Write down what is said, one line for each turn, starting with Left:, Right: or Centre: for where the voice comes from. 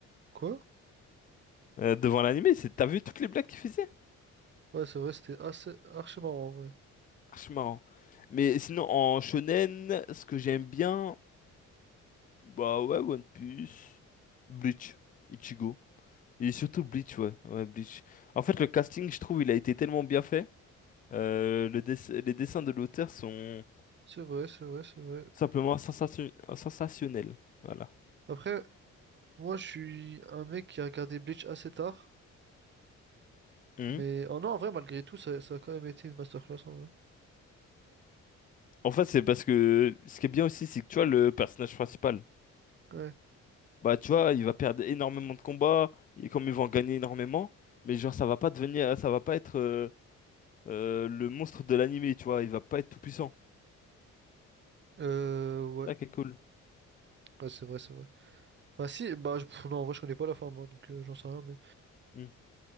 Right: Quoi?
Left: euh, devant l'animé, c'est t'as vu toutes les blagues qu'il faisait?
Right: Ouais, c'est vrai, c'était assez archi marrant en vrai.
Left: Archi marrant. Mais sinon, en shonen, ce que j'aime bien, bah ouais, One Piece, Bleach, Ichigo. Et surtout Bleach, ouais, ouais, Bleach. En fait, le casting, je trouve, il a été tellement bien fait. Euh, le dess- les dessins de l'auteur sont
Right: C'est vrai, c'est vrai, c'est vrai.
Left: simplement sensation- sensationnels. Voilà.
Right: Après, moi, je suis un mec qui a regardé Bleach assez tard.
Left: Mhm.
Right: Mais oh non, en vrai, malgré tout, ça, ça a quand même été une masterclass en vrai.
Left: En fait, c'est parce que ce qui est bien aussi, c'est que tu vois, le personnage principal.
Right: Ouais.
Left: Bah, tu vois, il va perdre énormément de combats, et comme il va en gagner énormément, mais genre, ça va pas devenir, ça va pas être euh, euh, le monstre de l'animé, tu vois, il va pas être tout puissant.
Right: Euh, ouais.
Left: Ah, quel cool.
Right: Ouais, c'est vrai, c'est vrai. Enfin, si, bah, je- pff, non, en vrai, je connais pas la fin, moi, donc euh, j'en sais rien, mais.
Left: Hmm.